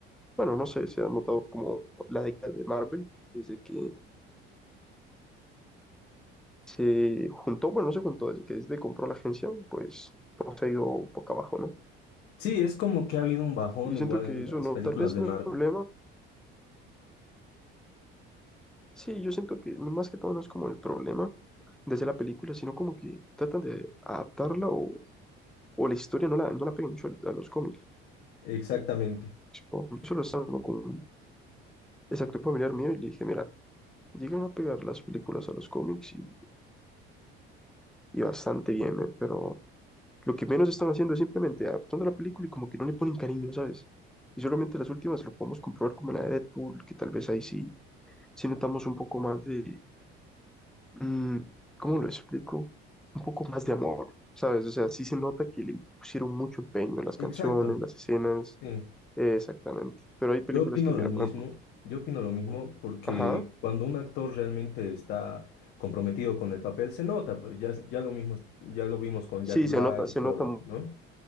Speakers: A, in the centre; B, on the left.
A: bueno, no sé, se ha notado como la década de Marvel desde que se juntó, bueno, no se juntó, desde que desde compró la agencia, pues hemos ido boca abajo, ¿no?
B: Sí, es como que ha habido un bajón
A: Y yo siento
B: igual
A: que
B: en
A: eso
B: las
A: no,
B: películas
A: tal vez
B: de
A: no
B: Marvel.
A: es un problema. Sí, yo siento que no más que todo no es como el problema de hacer la película, sino como que tratan de adaptarla o, o la historia no la, no la pegan mucho a, a los cómics.
B: Exactamente.
A: Yo solo estaba hablando con un exacto familiar mío y le dije, mira, llegan a pegar las películas a los cómics y, y bastante bien, eh, pero lo que menos están haciendo es simplemente adaptando la película y como que no le ponen cariño, ¿sabes? Y solamente las últimas lo podemos comprobar como la de Deadpool, que tal vez ahí sí, sí notamos un poco más de, mm, ¿cómo lo explico? Un poco más de amor, ¿sabes? O sea, sí se nota que le pusieron mucho empeño en las canciones,
B: Exacto.
A: las escenas,
B: Sí.
A: eh, exactamente. Pero hay películas
B: Yo opino
A: que,
B: lo
A: mira,
B: mismo.
A: por ejemplo,
B: Yo opino lo mismo porque
A: ajá,
B: cuando un actor realmente está comprometido con el papel, se nota, pues ya, ya lo mismo, ya lo vimos con
A: sí,
B: Jack Black
A: se nota, se
B: y todo,
A: nota mu-
B: ¿no?